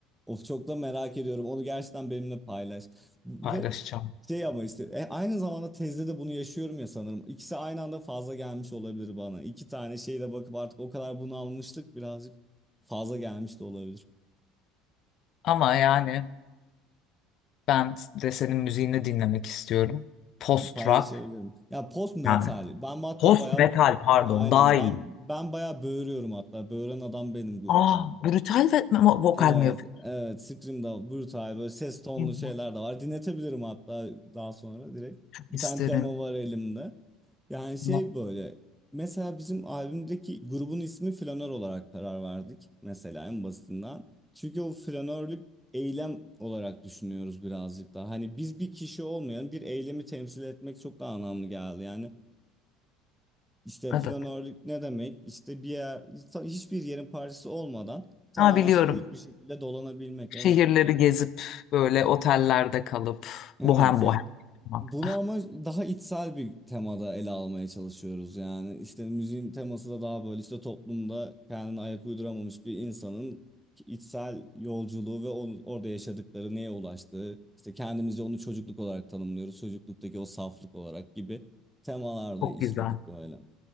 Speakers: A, in the centre; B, on the left.
A: Of çok da merak ediyorum. Onu gerçekten benimle paylaş. Ve
B: Paylaşacağım.
A: şey ama işte e, aynı zamanda tezde de bunu yaşıyorum ya sanırım. İkisi aynı anda fazla gelmiş olabilir bana. İki tane şeyle bakıp artık o kadar bunalmışlık birazcık fazla gelmiş de olabilir.
B: Ama yani ben de senin müziğini dinlemek istiyorum. Post
A: Paylaşabilirim.
B: rock
A: Ya post metal.
B: yani
A: Ben hatta
B: post
A: bayağı
B: metal pardon
A: aynen
B: daha iyi.
A: ben ben bayağı böğürüyorum hatta. Böğüren adam benim grupta
B: Aa brutal ve mo- vokal
A: Evet,
B: mi yapıyormuş?
A: evet. Scream'da brutal böyle ses tonlu
B: Kim
A: şeyler
B: bu?
A: de var. Dinletebilirim hatta daha sonra direkt. Bir
B: isterim.
A: tane demo var elimde. Yani şey
B: No,
A: böyle. Mesela bizim albümdeki grubun ismi Flanör olarak karar verdik. Mesela en basitinden. Çünkü o flanörlük eylem olarak düşünüyoruz birazcık daha. Hani biz bir kişi olmayan bir eylemi temsil etmek çok daha anlamlı geldi. Yani işte
B: Evet.
A: flanörlük ne demek? İşte bir yer, hiçbir yerin parçası olmadan tamamen
B: Ha biliyorum.
A: soyut bir şekilde dolanabilmek.
B: Şehirleri
A: Evet.
B: gezip böyle otellerde kalıp
A: Evet
B: bohem bohem
A: ya
B: yaşamak.
A: bunu ama daha içsel bir temada ele almaya çalışıyoruz yani işte müziğin teması da daha böyle işte toplumda kendine ayak uyduramamış bir insanın içsel yolculuğu ve onu- orada yaşadıkları neye ulaştığı işte kendimizce onu çocukluk olarak tanımlıyoruz çocukluktaki o saflık olarak gibi temalarda
B: Çok
A: işledik
B: güzel.
A: böyle.